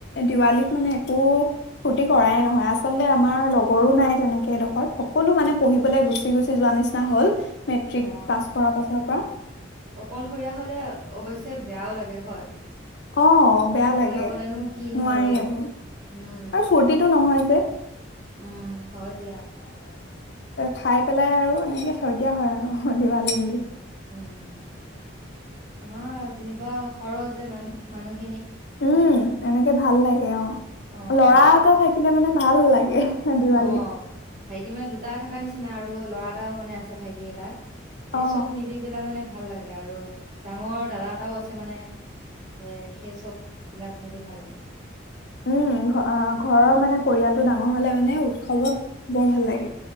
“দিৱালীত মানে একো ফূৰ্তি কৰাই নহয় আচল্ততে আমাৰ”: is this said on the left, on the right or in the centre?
Left